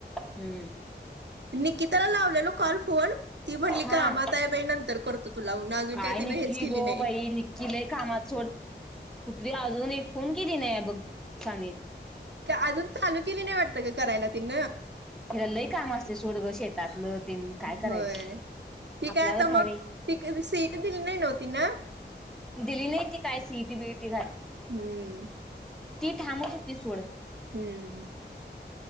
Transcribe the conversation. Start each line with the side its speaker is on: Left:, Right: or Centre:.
Centre: हम्म
Right: निकिताला लावलेलो कॉल फोन ती म्हणली
Centre: हा
Right: कामात हाय बाई नंतर करतो तुला म्हणून अजून
Centre: काय
Right: तिनं
Centre: निक्की
Right: हेच केली
Centre: गं
Right: नाही
Centre: बाई निक्की लय कामाात सोड कुत्री अजून ही कधी फोन किली नाही बघ. साने
Right: का अजून चालू केली नाय वाटत ग करायला तिनी
Centre: तीला लय काम असते सोड ग शेतातलं तेन काय करायचं
Right: होय ती
Centre: आपल्यागत
Right: काय आता
Centre: हाय
Right: मग
Centre: व्हय
Right: ती सीट दिली नाही नव्ह तिनं
Centre: दिली नाही ती काय सिईटी बिईटी काय
Right: हम्म
Centre: ती थांबत होती सोड
Right: हम्म